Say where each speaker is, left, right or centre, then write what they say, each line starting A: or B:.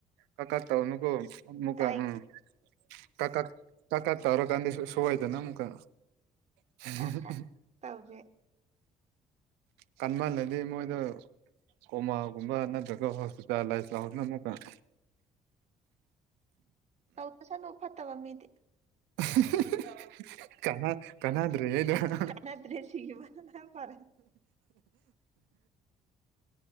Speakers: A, on the right; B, on the right.
A: ꯀꯥꯀꯥ ꯇꯀꯣꯃꯀ
B: ꯀꯥꯏ
A: ꯎꯝ ꯀꯥꯀꯥ ꯀꯥꯀꯥ ꯇꯔꯣ ꯀꯗꯤꯁꯨ ꯁꯤꯗꯥ ꯅꯝꯕ ꯍꯤꯍꯤ
B: ꯀꯥꯛ ꯀꯥꯛ ꯇꯧꯒꯦ
A: ꯀꯟꯃꯜꯂꯗꯤ ꯃꯣꯏꯗꯣ ꯀꯣꯃꯥꯒꯨꯝꯕꯅ ꯗ ꯍ ꯆꯂꯁꯅꯨꯀ <inaudible>
B: ꯍꯗ ꯆꯂꯣ ꯐꯠꯇꯕ ꯃꯗꯤꯦ
A: <unintelligible> ꯀꯅꯥ ꯀꯅꯥꯗ꯭ꯔꯦꯅ ꯎꯝ
B: ꯀꯥꯟꯅꯗ꯭ꯔꯦ ꯁꯤꯈꯤꯕꯅ ꯐꯔꯦ